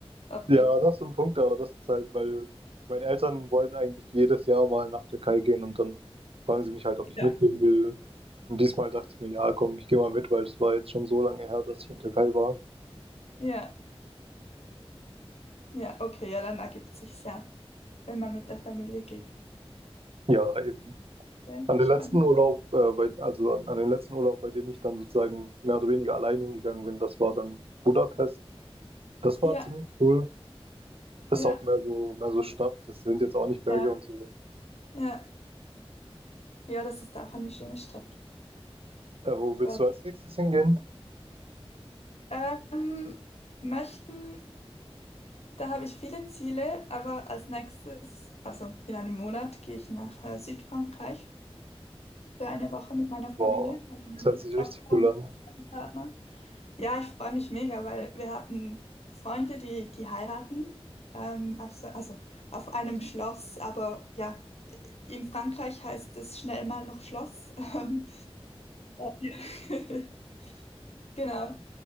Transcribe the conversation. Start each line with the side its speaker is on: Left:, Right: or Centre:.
Left: April?
Right: Ja, das ist so ein Punkt, aber das ist halt, weil meine Eltern wollen eigentlich jedes Jahr mal nach Türkei gehen und dann fragen sie mich halt, ob ich
Left: Ja.
Right: mitgehen will. Und diesmal dachte ich mir, ja, komm, ich gehe mal mit, weil es war jetzt schon so lange her, dass ich in Türkei war.
Left: Ja, ja, okay, ja, dann ergibt sich ja, wenn man mit der Familie geht.
Right: Ja, eben.
Left: Ja,
Right: An den
Left: spannend.
Right: letzten Urlaub, äh, bei, also an, an den letzten Urlaub, bei dem ich dann sozusagen mehr oder weniger allein hingegangen bin, das war dann Budapest. Das war
Left: Ja,
Right: ziemlich cool. Ist
Left: ja,
Right: auch mehr so, mehr so Stadt. Das sind jetzt auch nicht Berge
Left: ja,
Right: und so.
Left: ja. Ja, das ist auch eine schöne Stadt.
Right: Äh, wo willst
Left: Ja.
Right: du als nächstes hingehen?
Left: Ähm, möchten Da habe ich viele Ziele, aber als nächstes, also in einem Monat, gehe ich nach äh, Südfrankreich für eine Woche mit meiner Familie,
Right: Boah,
Left: also meiner
Right: das hört sich
Left: Tochter
Right: richtig
Left: und
Right: cool an.
Left: meinem Partner. Ja, ich freue mich mega, weil wir hatten Freunde, die, die heiraten, ähm, auf, so- also auf einem Schloss, aber ja, in Frankreich heißt es schnell mal noch Schloss. <laughs> Ähm, ja. <laughs> Genau.